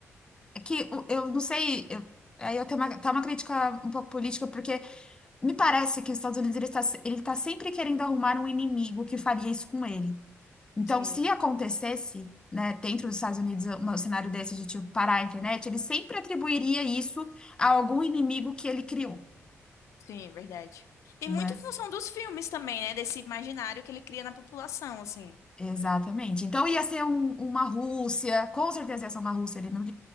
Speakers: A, on the left; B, on the left.
A: é que o- eu não sei, eu- aí eu tenho uma, tá uma crítica um pouco política, porque me parece que os Estados Unidos ele tá, se- ele tá sempre querendo arrumar um inimigo que faria isso com ele. Então,
B: Sim,
A: se acontecesse, né, dentro dos Estados Unidos, um cenário desse de tipo parar a internet, ele sempre atribuiria isso a algum inimigo que ele criou,
B: sim, verdade. E
A: né?
B: muito em função dos filmes também, né? Desse imaginário que ele cria na população, assim.
A: Exatamente. Então ia ser um- uma Rússia, com certeza ia ser uma Rússia ali no